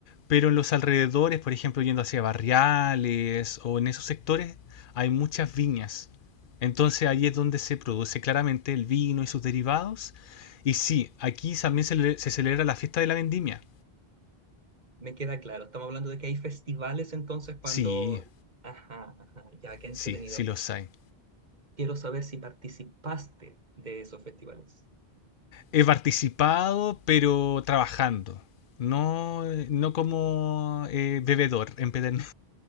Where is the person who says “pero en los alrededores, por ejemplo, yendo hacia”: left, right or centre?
Left